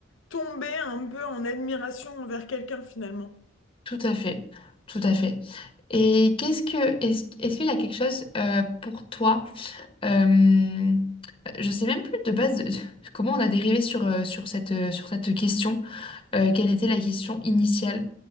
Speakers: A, on the left (about 85°); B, on the left (about 30°).
A: tomber un peu en admiration envers quelqu'un finalement.
B: Tout à fait, tout à fait. Et qu'est-ce que, est-ce, est-ce qu'il y a quelque chose euh, pour toi, euh, je sais même plus de base de- <laughs> comment on a dérivé sur, euh, sur cette, euh, sur cette question, euh, quelle était la question initiale,